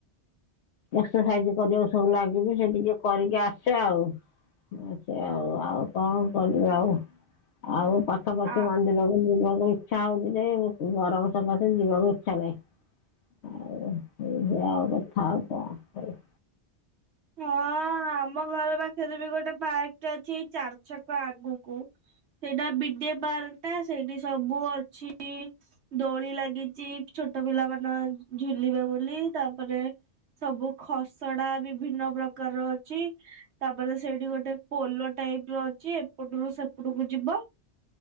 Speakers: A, on the left; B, on the right.
A: ଏକ୍ସର୍ସାଇଜ କରିବାକୁ ସବୁ ଲାଗଛି ସେ ଟିକେ କରିକି ଆସ୍ ସେ ଆଉ ସେ ଆଉ ଆଉ କଣ କରିବି ଆଉ ଆଉ ପାଖା ପାଖି
B: ଆ
A: <unintelligible> ଦି ଜଣ ମୋ ଇଛା ହଉଛି ଯେ ୟେ ଗରମ ସକାଶେ ଯିବାକୁ ଇଚ୍ଛା ନାହିଁ। ଆଉ ଆଉ କଥା ଆଉ କଣ କହିବ।
B: ହଁ-ଅ-ଅ-ଅ ଆମ ଘରେ ଵା ସେରେ ବି ଗୋଟେ ପାର୍କଟା ଅଛି ଚାରି ଛକ ଆଗକୁ ସେଇଟା ବି ଡି ଏ ପାର୍କ ଟା ସେଇଠି ସବୁ ଅଛି। ଦୋଳି ଲାଗିଛି ଛୋଟ ପିଲା ମାନ ଝୁଲିବେ ବୋଲି ତାପରେ ସବୁ ଖସଡା ବି ଭିନ୍ନ ପ୍ରକାରର ଅଛି ତାପରେ ସେଇଠି ଗୋଟେ ପୋଲ ଟାଇପ ର ଅଛି ଏପଟରୁ ସେପଟକୁ ଯିବ।